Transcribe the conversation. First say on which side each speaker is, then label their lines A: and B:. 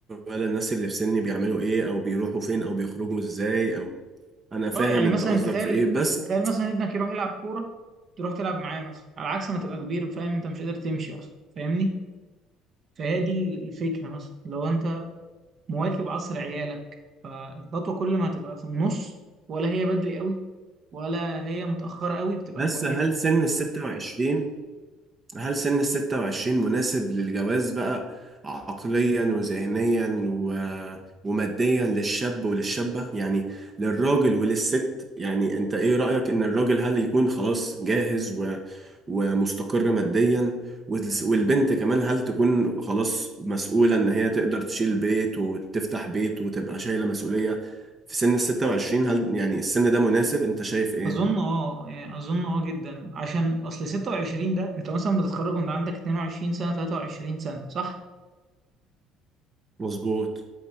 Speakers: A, on the right; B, on the right.
A: ولا الناس اللي في سني بيعملوا ايه او بيروحوا فين او بيخرجوا ازاي او انا فاهم
B: اه يعني
A: انت
B: مثلا
A: قصدك
B: تخيل
A: في ايه بس
B: تخيل مثلا ابنك يروح يلعب كوره تروح تلعب معاه مثلا على عكس ما تبقى كبير فاهم انت مش قادر تمشي اصلا فاهمني فهي دي الفكره مثلا لو انت مواكب عصر عيالك فالخطوة كل ما هتبقى في النص ولا هي بدري قوي ولا هي متأخرة قوي بتبقى
A: بس
B: كويسة
A: هل سن ال 26 هل سن ال 26 مناسب للجواز بقى عقليا وذهنيا و... وماديا للشاب وللشابة يعني للراجل وللست يعني انت ايه رأيك ان الراجل هل يكون خلاص جاهز و... ومستقر ماديا والس- والبنت كمان هل تكون خلاص مسؤولة ان هي تقدر تشيل بيت وتفتح بيت وتبقى شايلة مسؤولية في سن ال 26 هل يعني السن ده مناسب انت شايف ايه؟
B: أظن أه يعني أظن أه جدا عشان أصل 26 ده أنت مثلا بتتخرج وأنت عندك 22 سنة 23 سنة صح؟
A: مظبوط